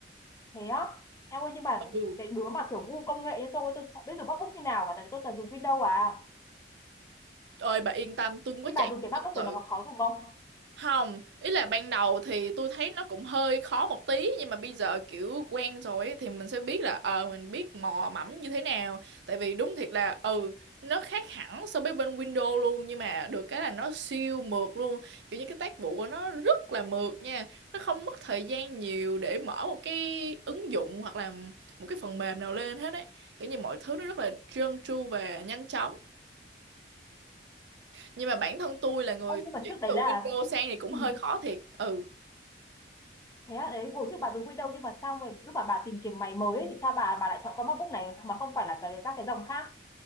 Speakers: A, on the left; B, on the right.
A: thế á em ơi nhưng mà
B: Ừ.
A: cái đứa mà kiểu ngu công nghệ như tôi tôi chẳng biết dùng MacBook như nào cả tại vì tôi toàn dùng Windows à
B: Ơi bà yên tâm, tôi cũng có
A: thế bà
B: chạy
A: dùng cái MacBook
B: tương tự.
A: này nó có khó dùng không
B: Không, ý là ban đầu thì tôi thấy nó cũng hơi khó một tí nhưng mà bây giờ kiểu quen rồi ấy, thì mình sẽ biết là ờ mình biết mò mẫm như thế nào. Tại vì đúng thiệt là ừ nó khác hẳn so với bên Windows luôn nhưng mà được cái là nó siêu mượt luôn. Kiểu như cái tác vụ của nó rất là mượt nha. Nó không mất thời gian nhiều để mở một cái ứng dụng hoặc là một cái phần mềm nào lên hết ấy. Kiểu như mọi thứ nó rất là trơn tru và nhanh chóng. Nhưng mà bản thân tôi là người
A: ơ nhưng mà
B: chuyển
A: trước đấy
B: từ
A: là
B: Windows sang thì cũng
A: ừ.
B: hơi khó thiệt. Ừ.
A: thế à đấy hồi trước bà dùng Windows nhưng mà sao mà lúc mà bà tìm kiếm máy mới ấy, thì sao bà bà lại chọn con MacBook này mà không phải là cái, các cái dòng khác